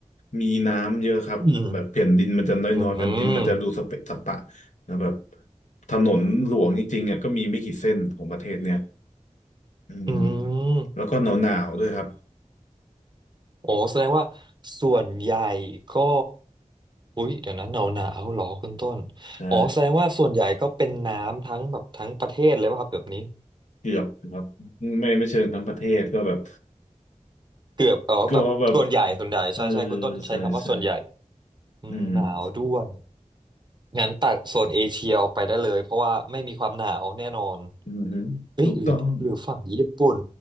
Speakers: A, on the left; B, on the right.
A: มีน้ำเยอะครับแบบแผ่นดินมันจะน้อยๆแผ่นดินมันจะดูสเปะสปะ
B: อืมอืม
A: นะแบบถนนหลวงจริงๆอ่ะก็มีไม่กี่เส้นของประเทศเนี้ยอืม
B: อืม
A: แล้วก็หนาวๆด้วยครับ
B: โอ้แสดงว่าส่วนใหญ่ก็ อุ๊ย เดี๋ยวนะหนาวหนาวหรอคุณต้น
A: ใช่
B: อ๋อแสดงว่าส่วนใหญ่ก็เป็นน้ำทั้งแบบทั้งประเทศเลยป่ะครับแบบนี้
A: เกือบครับไม่ไม่เชิงทั้งประเทศก็แบบ
B: เกือบเอ๋อแบบส่วนใหญ่ส่วนใหญ่ใช่ใช่คุณต้นใช้คำว่าส่วนใหญ่
A: ก็แบบเออใช่ใช่
B: อืมหนาวด้วย
A: อืม
B: งั้นตัดโซนเอเชียออกไปได้เลยเพราะว่าไม่มีความหนาวแน่นอน
A: อืมฮึถูกต้อง
B: เอ้ยหรือหรือฝั่งญี่ปุ่น